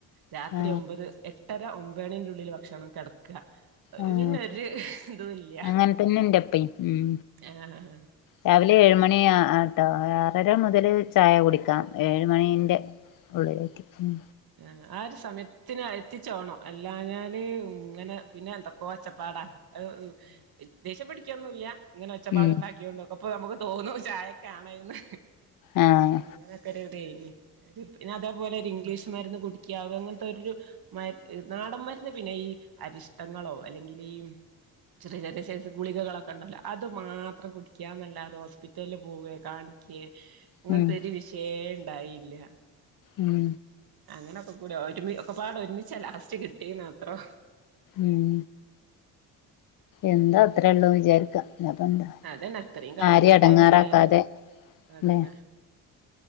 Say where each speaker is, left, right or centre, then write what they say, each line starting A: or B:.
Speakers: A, on the right (about 55°); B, on the left (about 50°).
A: രാത്രി
B: ആഹ്
A: ഒമ്പത് എ എട്ടര ഒമ്പണീൻ്റെ ഉള്ളിൽ ഭക്ഷണം കിടക്കുക
B: ആഹ്
A: പിന്നെ ഒരു ഇതും ഇല്ല
B: അങ്ങനെ തന്നെ ഇണ്ട് ഇപ്പയി ഉം
A: ആഹ്
B: രാവിലെ ഏഴുമണിയ ആട്ടോ ആറര മുതൽ ചായ കുടിക്കാം ഏഴുമണി ന്റെ ഉള്ളിലേക്ക് ഉം
A: ആഹ് ഒരു സമയത്തിന് എത്തിച്ചോണം അല്ലഞ്ഞാല് ഇങ്ങനെ പിന്നെ എന്തൊക്കോ ഒച്ചപ്പാടാ ഉം ഉം ദേഷ്യം പിടിക്കൊന്നുല്ല്യ ങ്ങനെ ഒച്ചപ്പാട്ണ്ടാക്കിയൊണ്ടും
B: ഉം
A: അപ്പൊ നമുക്ക് തോന്നും ചായക്കാണെയ്ന്ന്
B: ആഹ്
A: അങ്ങനക്കെരുതെയ് നു ഒരു പിന്നെ അതേപോലെ ഒരു ഇംഗ്ലീഷ്മാരുന്ന് കുടിക്കിയാ തെ അങ്ങനത്തെ ഒരു മര് അ് നാടൻ മരുന്ന് പിന്നെ ഈ അരിഷ്ടങ്ങളോ അല്ലെങ്കി ഈ ചെറിയ ചെറിയ സൈസ് ഗുളിഗ കളൊക്കെ ണ്ടല്ലോ അത് മാത്രം കുടിക്കാന്നല്ലാതെ ഹോസ് റ്റല് പോവ കാണിക്കേ അങ്ങൻത്തെ
B: ഉം
A: ഒരു വിഷയെ ഇണ്ടായില്ല
B: ഉം
A: അങ്ങനെക്കെ ഒക്കൂല ഒരുമിച്ച് ഒക്കെ പാട് ഒരുമിച്ചല്ല ലാസ്റ്റ് കിട്ടീന് മാത്രം
B: ഉം എന്താ അത്രയള്ളുന്ന് വിചാരിക്ക അത് എന്താ
A: അതന്നെ അത്രയും കാലം
B: ആരേയും
A: കിട്ടിയന്നെ
B: എടങ്ങേറാക്കാതെല്ലെ.
A: വല്യല്ലേ അതന്നെ